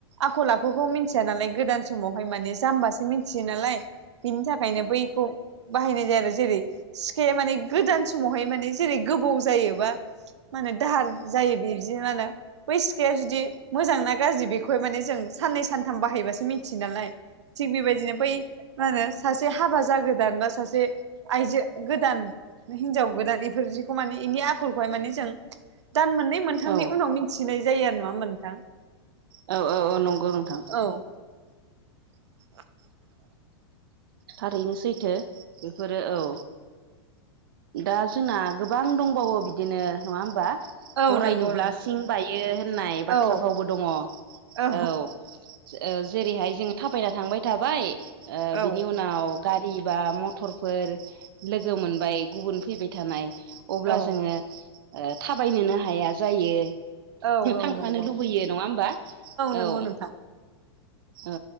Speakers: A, on the right; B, on the right.
A: आखल आखुखौ मिथिया नालाय गोदान समावहाय माने जाम्बासो मिथियो नालाय। बिनि थाखायनो बैखौ बाहायनाय जायो आरो जेरै सिखाया माने गोदान समावहाय माने जेरै गोबौ जायो बा माने दाहार जायो बिदि मा होनो बै सिखाया जुदि मोजां ना गाज्रि बेखौहाय माने जों साननै सानथाम बाहायबासो मिथियो नालाय थिग बेबादि बिदिनो बै मा होनो सासे हाबा जागोदान बा सासे आयजो गोदान हिनजाव गोदान बेफोर जिखौ माने बेनि आखलखौहाय माने जों दान मोननै मोनथामनि
B: औ
A: उनाव मिथिनाय जायो आरो नङा होमबा नोंथां!
B: औ औ नंगौ नोंथां।
A: औ। <inaudible>
B: थारैनो सैथो बेफोरो औ दा जोंना गोबां दंबावो बिदिनो नङा होमबा?
A: औ
B: गराय
A: नंगौ
B: नुब्ला
A: नंगौ
B: सिं बायो होननाय बाथ्राफ्रावबो
A: औ
B: दङ औ
A: औ
B: ओ जेरैहाय जों थाबायना थांबाय थाबाय ओ
A: औ
B: बिब उनाव गारि बा मटरफोर लोगो मोनबाय गुबुन फैबाय थानाय अब्ला
A: औ
B: जोङो ओ थाबायनोनो हाया जायो
A: औ औ
B: थांफानो
A: नंगौ
B: लुबैयो नङा होमबा
A: नंगौ
B: औ
A: नोंथां
B: औ